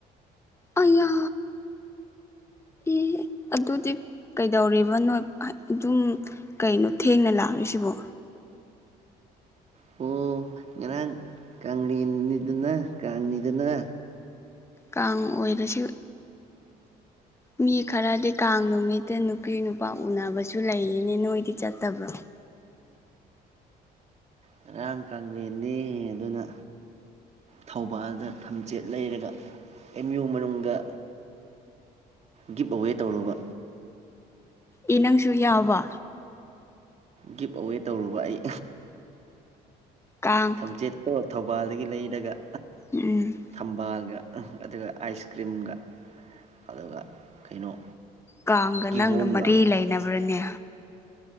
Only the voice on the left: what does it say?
ꯑꯌꯥ ꯑꯦ ꯑꯗꯨꯗꯤ ꯀꯩꯗꯧꯔꯤꯕ ꯅꯣꯏ ꯑꯗꯨꯝ ꯀꯩꯅꯣ ꯊꯦꯡꯅ ꯂꯥꯛꯔꯤꯁꯤꯕꯣ
ꯀꯥꯡ ꯑꯣꯏꯔꯁꯨ ꯃꯤ ꯈꯔꯗꯤ ꯀꯥꯡ ꯅꯨꯃꯤꯠꯇ ꯅꯨꯄꯤ ꯅꯨꯄꯥ ꯎꯅꯕꯁꯨ ꯂꯩꯌꯦꯅꯦ ꯅꯣꯏꯗꯤ ꯆꯠꯇꯕ꯭ꯔꯣ
ꯑꯦ ꯅꯪꯁꯨ ꯌꯥꯎꯕ
ꯀꯥꯡ
ꯎꯝ
ꯀꯥꯡꯒ
ꯅꯪꯒ ꯃꯔꯤ ꯂꯩꯅꯕ꯭ꯔꯅꯦ